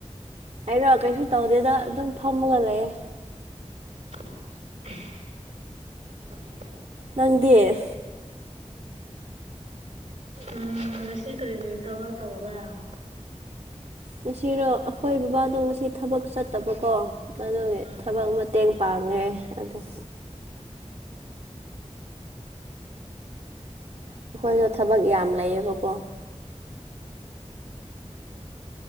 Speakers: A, on the right; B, on the right.
A: ꯑꯩꯔꯣ ꯀꯩꯁꯨ ꯇꯧꯗꯦꯗ ꯑꯗꯨꯝ ꯐꯝꯃꯒ ꯂꯩꯌꯦ
B: <unintelligible>
A: ꯅꯪꯗꯤꯦ
B: ꯎꯝ ꯉꯁꯤ ꯀꯔꯤ ꯀꯔꯤ ꯊꯕ ꯇꯧꯕ ꯌꯥꯝ
A: ꯉꯁꯤꯔꯣ ꯑꯩꯈꯣꯏ ꯕꯕꯥꯗꯣ ꯉꯁꯤ ꯊꯕꯛ ꯆꯠꯇꯕꯀꯣ ꯑꯗꯨꯒꯤ
B: ꯎꯝ
A: ꯊꯕꯛ ꯃꯇꯦꯡ ꯄꯥꯡꯉꯦ ꯑꯗꯨꯝ ꯑꯩꯈꯣꯏꯗꯣ ꯊꯕꯛ ꯌꯥꯝ ꯂꯩꯌꯦꯕꯀꯣ